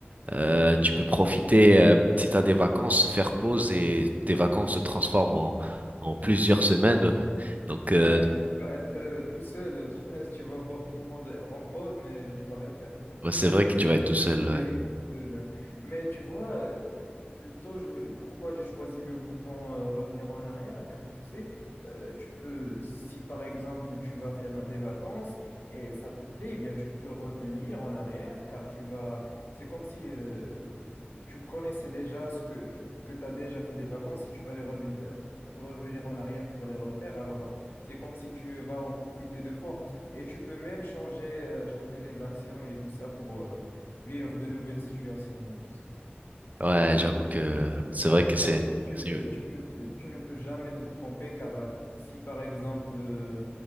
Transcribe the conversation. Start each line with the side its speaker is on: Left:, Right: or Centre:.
Right: Euh, tu peux profiter, euh, si t'as des vacances, faire pause et tes vacances se transforment en, en plusieurs semaines. Donc, euh,
Left: Ouais, mais tu vas être euh, tout seul, tu, vois, <laughs> tu vas voir tout le monde en pause, mais tu vas rien faire, tu vois.
Right: Ouais, c'est vrai que tu vas être tout
Left: Juste
Right: seul,
Left: béni
Right: ouais.
Left: de là. Mais tu vois, euh, plutôt je, pourquoi j'ai choisi le bouton euh, revenir en arrière, car tu sais, euh, tu peux, si par exemple tu vas faire des vacances et ça te plaît, eh bien tu peux revenir en arrière, car tu vas, c'est comme si euh, tu connaissais déjà ce que, que tu as déjà fait des vacances et tu vas les revenir, euh, revenir en arrière pour les refaire. Alors c'est comme si tu euh, vas en profiter deux fois. Et tu peux même changer, euh, changer les actions et tout ça pour... euh, vivre de nouvelles situations et tout ça.
Right: Ouais, j'avoue que c'est vrai que c'est.
Left: Et aussi, tu
Right: c'est-
Left: peux, tu peux, te- tu ne peux jamais te tromper car euh, si par exemple, euh,